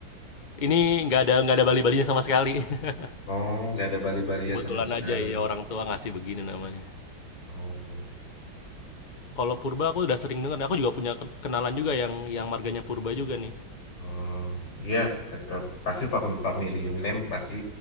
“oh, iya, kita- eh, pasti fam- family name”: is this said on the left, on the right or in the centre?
Left